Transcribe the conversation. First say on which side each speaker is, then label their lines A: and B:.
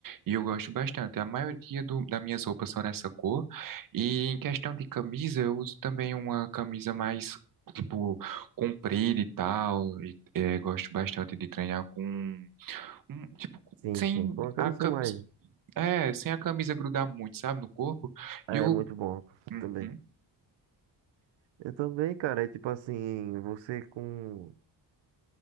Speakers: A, on the right (about 50°); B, on the right (about 80°).
A: e eu gosto bastante. A maioria do, das minhas roupas são nessa cor, e em questão de camisa, eu uso também uma camisa mais. Tipo, comprida e tal. E, é, gosto bastante de treinar com um, tipo
B: Sim,
A: sem
B: sim, com a camisa
A: a camisa,
B: mais.
A: é, sem a camisa grudar muito, sabe, no corpo.
B: É
A: E eu,
B: muito bom
A: uhum,
B: também. Eu também, cara. É tipo assim, você com